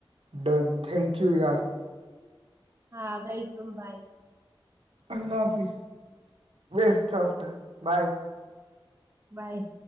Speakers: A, on the right (about 85°); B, on the right (about 30°).
A: ડન થેન્ક યુ યાર.
B: હા વેલકમ બાય.
A: અલ્હ હાફિ બેસ્ટફ. બાય.
B: બાય.